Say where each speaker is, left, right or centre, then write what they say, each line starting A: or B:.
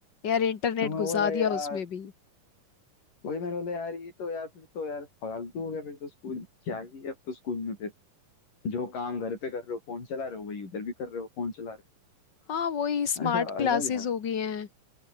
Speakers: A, on the left (about 45°); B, on the left (about 75°).
A: यार इंटरनेट
B: तो मैं बोला
A: घुसा
B: यार
A: दिया उसमें भी
B: वही मैं बोला यार ये तो यार फिर तो यार फालतू हो गया फिर तो स्कूल क्या ही है अब तो स्कूल में फिर जो काम घर पे कर रहे हो फोन चला रहे हो वही उधर भी कर रहे हो फोन चला रहे
A: हाँ वही स्मार्ट
B: हो ऐसा
A: क्लासेस
B: अलग यार
A: हो गई हैं